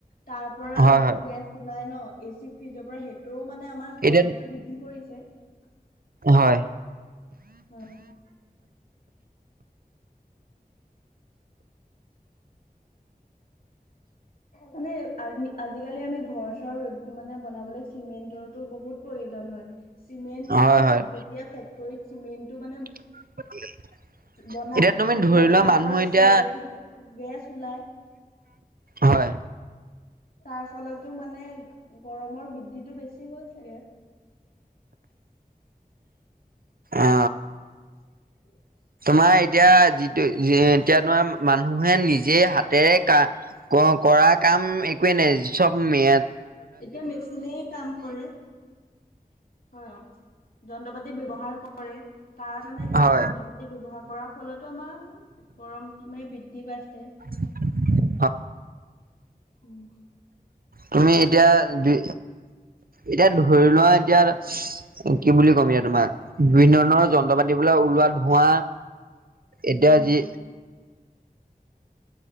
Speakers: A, on the left (about 65°); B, on the right (about 70°).
A: তাৰ পৰা
B: হয়
A: যিটো
B: হয়
A: গেছ ওলাই ন এচি ফ্ৰিজৰ পৰা সেইটোও মানে আমাৰ গৰমতটো
B: এতিয়া
A: বৃদ্ধি কৰিছে। হে
B: হয়।
A: উম। <unintelligible> মানে আ আজিকালি আমি ঘৰ ঘৰ-চৰ মানে বনাবলৈ চিমেন্টৰো বহুত প্ৰয়োজন হয়। চিমেণ্ট মানে
B: হয় হয়
A: যেতিয়া ফেক্টৰীত চিমেণ্টটো মানে
B: <unintelligible>
A: বনাই
B: এতিয়া তুমি
A: তেতিয়াতো
B: ধৰি লোৱা
A: তাৰ
B: মানুহ
A: পৰা চিঅ'তটো
B: এতিয়া
A: গেছ ওলাই
B: হয়।
A: তাৰ ফলতো মানে গৰমৰ বৃদ্ধিটো বেছি হৈছেগে।
B: অ
A: <inaudible>
B: তোমাৰ এতিয়া যিটো এতিয়া তোমাৰ মানুহে নিজ নিজে হাতেৰে কা কৰা কাম একোৱে নাই চব মে
A: এতিয়া মেচিনেই কাম কৰে হয়। যন্ত্ৰ-পাতি ব্যৱহাৰ ক কৰে তাৰ মানে তাই
B: হয়
A: যন্ত্ৰ পাতি ব্যৱহাৰ কৰাৰ ফলতো আমাৰ গৰম মানে বৃদ্ধি পাইছে
B: <inaudible>
A: উম।
B: তুমি এতিয়া দু এতিয়া ধৰি লোৱা এতিয়া কি বুলি ক'ম এতিয়া তোমাৰ বিভিন্ন ধৰণৰ যন্ত্ৰ পাতি ওলোৱা ধোৱা এতিয়া
A: উম,
B: যি